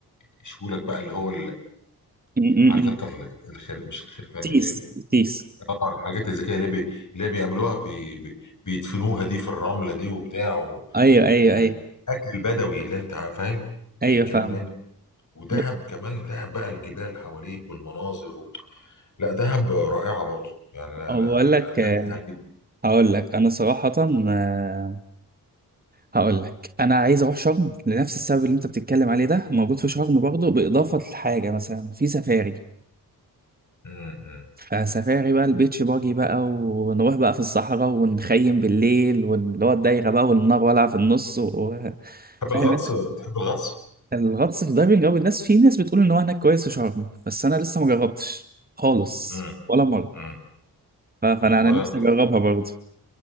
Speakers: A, on the left (about 50°); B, on the right (about 25°).
A: ويشوا لك بقى اللي هو
B: م- م-
A: عارف انت
B: م.
A: ال- الخير مش الخرفان
B: تيس
A: اللي هي ال-
B: تيس
A: اه الحاجات الذكيه اللي هي بي... اللي هي بيعملوها بي... بي... بيدفنوها دي في الرمله دي وبتاع و...
B: ايوه ايوه
A: واكل
B: ايوه
A: بدوي اللي انت عارف- فاهم
B: ايوه
A: الكلام
B: فاهم
A: من ده. ودهب
B: ب-
A: كمان دهب بقى الجبال حواليك والمناظر و... لا دهب رائعه برضو يعني انا
B: أو
A: انا
B: بقول لك آه،
A: احب دهب جدا
B: هقول لك انا صراحة آه، هقول لك انا عايز اروح شرم لنفس السبب اللي انت بتتكلم عليه ده موجود في شرم برضه باضافة لحاجة مثلا في سفاري
A: امم
B: فسفاري بقى البيتش باجي بقى ونروح بقى في الصحراء ونخيم بالليل واللي هو الدايرة بقى والنار والعة في النص و...
A: تحب
B: فاهم
A: الغطس تحب الغطس
B: الغطس في الدايفنج او الناس في ناس بتقول ان هو هناك كويس في شرم بس انا لسه ما جربتش خالص
A: امم
B: ولا مره
A: امم
B: ف- فانا انا
A: ولا
B: نفسي
A: انا
B: اجربها برضه